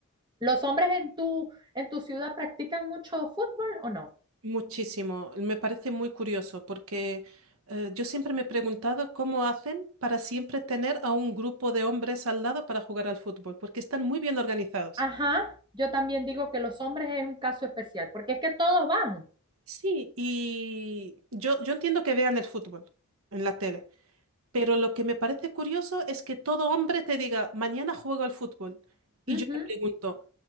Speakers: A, on the right (about 20°); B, on the right (about 70°).
A: ¿Los hombres en tu, en tu ciudad practican mucho fútbol o no?
B: muchísimo. Me parece muy curioso porque eh, yo siempre me he preguntado cómo hacen para siempre tener a un grupo de hombres al lado para jugar al fútbol, porque están muy bien organizados.
A: Ajá, yo también digo que los hombres es un caso especial, porque es que todos van.
B: Sí, y yo, yo entiendo que vean el fútbol en la tele, pero lo que me parece curioso es que todo hombre te diga, mañana juego al fútbol. Y
A: Ujú.
B: yo te pregunto,